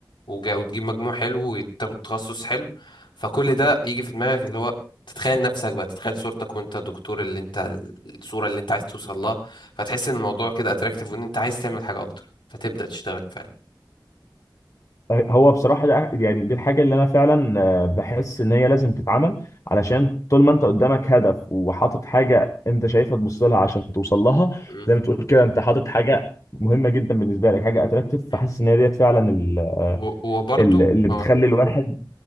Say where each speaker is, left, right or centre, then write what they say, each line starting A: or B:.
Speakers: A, on the left; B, on the left.
A: وجا- وتجيب مجموع حلو وتاخد تخصص حلو فكل ده يجي في دماغك اللي هو تتخيل نفسك بقى تتخيل صورتك وانت دكتور اللي انت الصورة اللي انت عايز توصل لها فتحس ان الموضوع كده اتراكتيف وان انت عايز تعمل حاجة اكتر فتبدأ تشتغل فعلا
B: هو بصراحة ده يعني دي الحاجة اللي أنا فعلا آه، بحس إن هي لازم تتعمل علشان طول ما أنت قدامك هدف وحاطط حاجة أنت شايفها تبص لها عشان توصل لها
A: م-
B: زي ما تقول كده أنت حاطط حاجة مهمة جدا بالنسبة لك حاجة أتراكتيف
A: م.
B: فحاسس إن هي ديت فعلا ال-
A: و- وبرضو
B: ال- اللي بتخلي
A: اه
B: الواحد